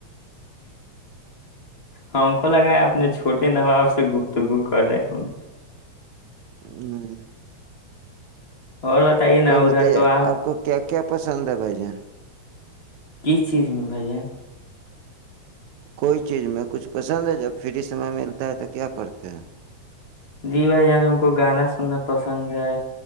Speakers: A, on the left; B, on the right.
A: ہم کو لگا ہے اپنے چھوٹے نواب سے گپتگو کر رہے
B: <inaudible>
A: اور بتائیے نا
B: اور
A: ادھر
B: بتائیے
A: تو آم
B: آپ
A: <inaudible>
B: کو کیا کیا پسند ہے بھائی جان
A: کس چیز میں بھن
B: کوئی چیز میں کچھ پسند ہے جب فری سمے ملتا ہے تو کیا کرتے ہیں
A: جی بھائی جان ہم کو گانا سننا پسند ہے